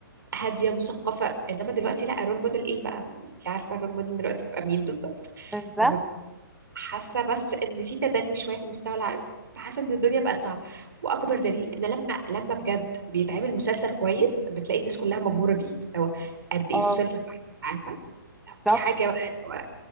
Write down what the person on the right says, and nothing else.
هادية مثقفة انما دلوقتي لا الرول موديل ايه بقى انت عارفة الرول موديل دلوقتي بقى مين بالظبط
طب حاسه بس ان في تدني شويه في المستوى العام فحاسه ان الدنيا بقت صعبه واكبر دليل ان لما لما بجد بيتعمل مسلسل كويس بتلاقي الناس كلها مبهوره بيه هو قد ايه
في مسلسل كويس عارفه لا،
في حاجه بقى هو